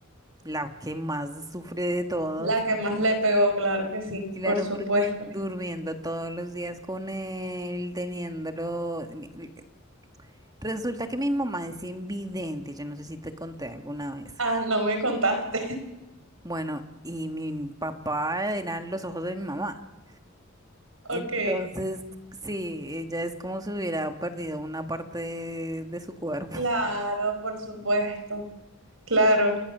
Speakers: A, on the right; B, on the right.
A: la que más sufre de todos.
B: La que más le pegó, claro que sí,
A: Y claro,
B: por supuesto.
A: porque durmiendo todos los días con él, teniéndolo... mi- mi- Resulta que mi mamá es invidente, yo no sé si te conté alguna vez.
B: Ah, no me contaste. <laughs>
A: Bueno, y mi papá eran los ojos de mi mamá.
B: Ok,
A: Entonces, sí, ella es como si hubiera perdido una parte de, de su cuerpo. <laughs>
B: claro, por supuesto. Claro.